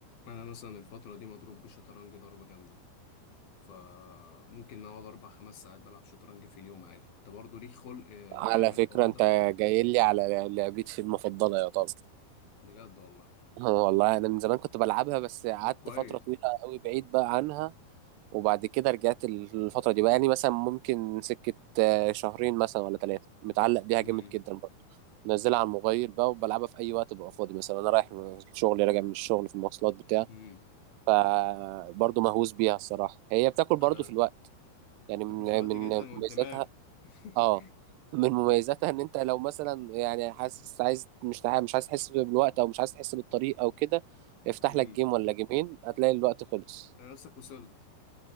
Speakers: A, on the left (about 60°); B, on the right (about 85°).
A: انا مثلا الفتره دي مضروب بالشطرنج ضربه جامده فممكن اقعد اربع خمس ساعات بلعب شطرنج في اليوم عادي انت برضه ليك خلق آه،
B: على
A: تعمل
B: فكرة
A: الحوار
B: انت
A: ده ولا
B: جاي لي على لعبتي المفضلة يا طب
A: بجد والله
B: اه والله انا من زمان كنت بلعبها بس قعدت
A: طب كويس
B: فترة طويلة قوي بعيد بقى عنها وبعد كده رجعت الفترة دي بقى يعني مثلا ممكن سكة آه، شهرين مثلا ولا ثلاثة متعلق بيها
A: امم
B: جامد جدا برضه منزلها على الموبايل بقى وبلعبها في اي وقت ببقى فاضي مثلا انا رايح من الشغل راجع من الشغل في المواصلات بتاع
A: امم
B: فبرضه مهووس بيها الصراحة هي بتاكل برضه
A: انا
B: في الوقت يعني من
A: تاكل في الوقت
B: من
A: جدا والدماغ
B: مميزاتها
A: <laughs>
B: اه من مميزاتها ان انت لو مثلا يعني حاسس عايز مش عايز مش عايز تحس بالوقت او مش عايز تحس بالطريق او كده افتح
A: امم
B: لك جيم ولا جيمين هتلاقي الوقت خلص
A: انا نفسك وصلت